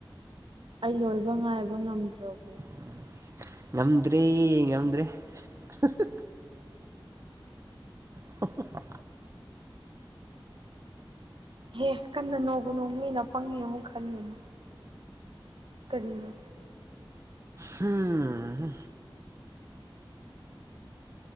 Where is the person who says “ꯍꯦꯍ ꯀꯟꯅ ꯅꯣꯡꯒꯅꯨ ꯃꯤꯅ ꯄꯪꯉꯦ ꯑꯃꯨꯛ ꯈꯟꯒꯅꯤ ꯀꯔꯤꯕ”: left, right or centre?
Right